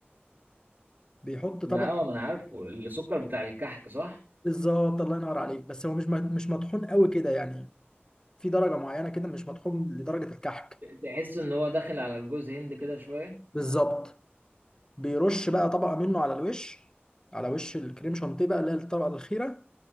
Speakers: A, on the left (about 20°); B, on the right (about 50°).
A: بيحط طبقة
B: ما انا اه ما انا عارفه السكر بتاع الكحك صح
A: بالظبط الله ينور عليك بس هو مش م- مش مطحون قوي كده يعني في درجة معينة كده مش مطحون لدرجة الكحك
B: تحس ان هو داخل على الجوز هند كده شويه
A: بالظبط بيرش بقى طبقة منه على الوش على وش الكريم شانتيه بقى اللي هي الطبقة الأخيرة